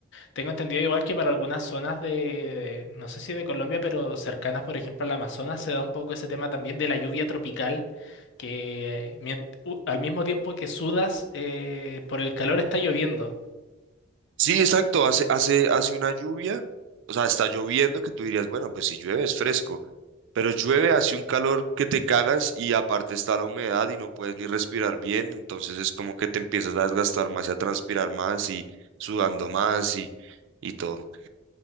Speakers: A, on the left (about 65°); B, on the right (about 65°).
A: Tengo entendido igual que para algunas zonas de, no sé si de Colombia, pero cercanas, por ejemplo, al Amazonas, se da un poco ese tema también de la lluvia tropical, que mient- u- al mismo tiempo que sudas, eh, por el calor está lloviendo.
B: Sí, exacto, hace, hace, hace una lluvia, o sea, está lloviendo que tú dirías, bueno, pues si llueve es fresco, pero llueve, hace un calor que te cagas y aparte está la humedad y no puedes ni respirar bien, entonces es como que te empiezas a desgastar más y a transpirar más y sudando más y, y todo.